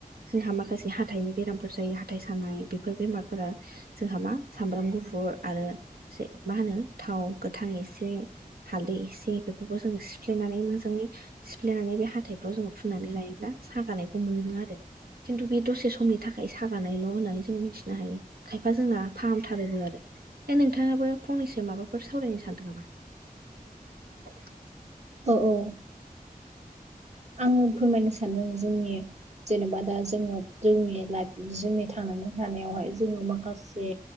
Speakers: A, on the right; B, on the right.
A: जोंहा माखासे जे हाथाइनि बेरामफोर जायो हाथाय सानाय बेफोर बेमारफोरा जोंहा मा सामब्राम गुफुर आरो मा होनो थाव गोथां एसे हालदै एसे बेफोरखौ जोङो सिफ्लेनानै मोजाङै सिफ्लेनानै बे हाथायफ्राव जोङो फुननानै लायोब्ला सागानायखौ मोनो आरो खिन्थु बे दसे समनि थाखाय सागानायल' होननानै जोंङो मिथिनो हायो खायफा जोंना फाहामथारोबो आरो दा नोंथाङाबो फंनैसो माबाफोर सावरायनो सानदों नामा
B: औ औ आङो फोरमायनो सानदों जोंनि जेनेबा दा जोङो जोंनि लाइफ जोंनि थांनानै थानायावहाय जोङो माखासे